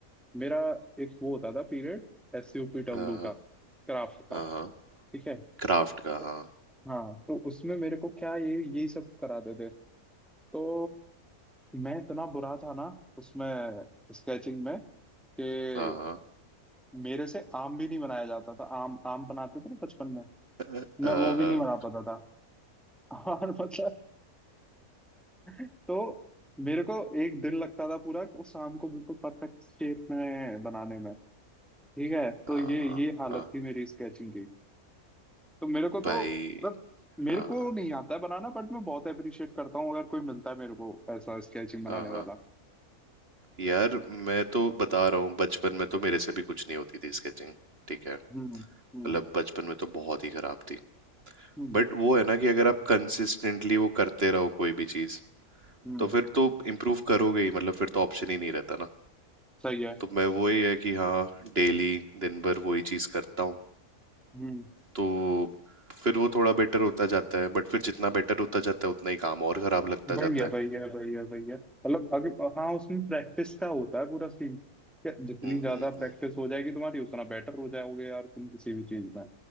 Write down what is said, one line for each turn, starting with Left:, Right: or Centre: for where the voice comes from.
Centre: मेरा एक वो होता था पीरियड एस यू पी डब्ल्यू
Right: हाँ हाँ
Centre: का क्राफ्ट का
Right: हाँ हाँ
Centre: ठीक है
Right: क्राफ्ट का
Centre: तो
Right: हाँ
Centre: हाँ तो उसमें मेरे को क्या ये यही सब कराते थे तो मैं इतना बुरा था ना उसमें स्केचिंग में कि
Right: हाँ हाँ
Centre: मेरे से आम भी नहीं बनाया जाता था आम आम बनाते थे ना बचपन में
Right: हाँ
Centre: मैं वो भी नहीं बना पाता था और मतलब तो मेरे को एक दिन लगता था पूरा वो शाम को बिल्कुल परफेक्ट शेप में बनाने में ठीक है तो
Right: अ, हाँ
Centre: ये ये हालत
Right: हाँ
Centre: थी मेरी स्केचिंग की तो मेरे को तो
Right: भाई
Centre: बट मेरे
Right: हाँ
Centre: को नहीं आता है बनाना बट मैं बहुत अप्रिशिएट करता हूँ अगर कोई मिलता है मेरे को ऐसा स्केचिंग बनाने
Right: हाँ
Centre: वाला
Right: हाँ यार मैं तो बता रहा हूँ बचपन में तो मेरे से भी कुछ नहीं होती थी स्केचिंग ठीक है
Centre: हम्म
Right: मतलब
Centre: हम्म
Right: बचपन में तो बहुत ही खराब थी
Centre: हम्म
Right: बट वो है ना कि अगर आप कंसिस्टेंटली वो करते रहो कोई भी चीज
Centre: हम्म
Right: तो फिर तो इम्प्रूव करोगे ही मतलब फिर तो ऑप्शन ही नहीं रहता ना
Centre: सही है
Right: तो मैं वही है कि हाँ डेली दिन भर वही चीज करता हूँ
Centre: हम्म
Right: तो फिर वो थोड़ा बेटर होता जाता है बट फिर जितना बेटर होता जाता है उतना ही काम और खराब लगता
Centre: भैया
Right: जाता है
Centre: भैया भैया भैया मतलब अगर हाँ उसमें प्रैक्टिस का होता है पूरा सीन क्या जितनी
Right: हम्म
Centre: ज्यादा
Right: हम्म
Centre: प्रैक्टिस
Right: हम्म
Centre: हो जाएगी तुम्हारी उतना बेटर हो जाओगे यार तुम किसी भी चीज में